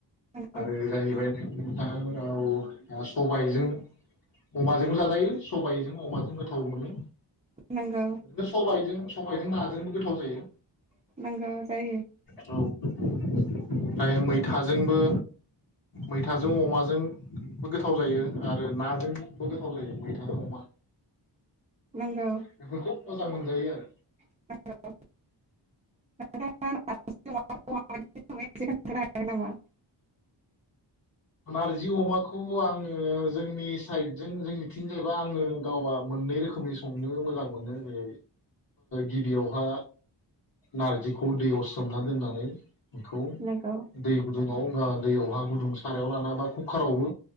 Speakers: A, on the right (about 15°); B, on the left (about 50°).
A: नंगौ
B: आरो जाहैबाय <unintelligible> सबायजों अमाजों जाजायो सबायजों अमाजों गोथाव मोनो।
A: नंगौ
B: <unintelligible> सबायाइजों सबायजों नाजोंबो गोथाव जायो।
A: <unintelligible> जायो
B: <unintelligible> मैथाजोंबो मैथाजों अमाजोंबो गोथाव जायो आरो नाजोंबो गोथाव जायो मैथाजों अमा
A: नंगौ
B: बेफोरखौ मोजां मोनजायो आरो
A: <unintelligible> <unintelligible>
B: नार्जि अमाखौ आङो जोंनि साइदजों जोंनिथिं जाहैबा आङो गावा मोननै रोखोमनि संनो मोजां मोनो जै गिबियावहा नार्जिखौ दैयाव सोमना दोननानै <unintelligible>
A: नंगौ
B: दै गुदुं <unintelligible> सारायाव लाना बा खुखारावबो